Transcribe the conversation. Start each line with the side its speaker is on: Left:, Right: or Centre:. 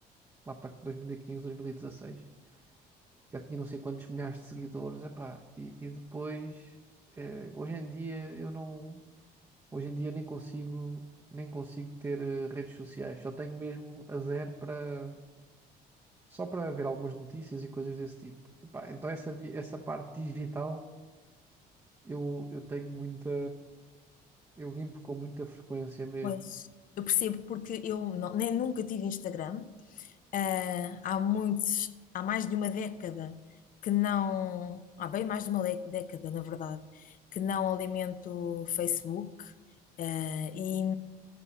Right: lá para 2015, 2016, já tinha não sei quantos milhares de seguidores, epá, e, e depois, eh, hoje em dia eu não, hoje em dia nem consigo, nem consigo ter eh, redes sociais, só tenho mesmo a zero para, só para ver algumas notícias e coisas desse tipo. Epá, então essa, vi- essa parte digital Eu, eu tenho muita. Eu limpo com muita frequência mesmo.
Left: Pois, eu percebo porque eu não- nem nunca tive Instagram. Ah, há muitos, há mais de uma década que não, há bem mais de uma le- década, na verdade, que não alimento Facebook. Ah, e,